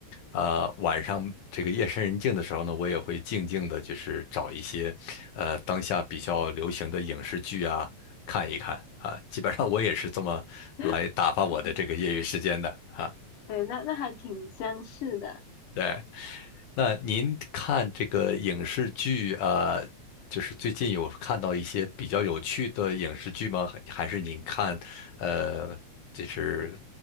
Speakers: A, on the left; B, on the left.
A: 呃，晚上这个夜深人静的时候呢，我也会静静的，就是找一些呃当下比较流行的影视剧啊看一看啊。基本上我也是这么来打发我的这个业余时间的啊。
B: <laughs> 嗯，对，那那还挺相似的，
A: 对。那您看这个影视剧，呃，就是最近有看到一些比较有趣的影视剧吗？还还是您看，呃，这是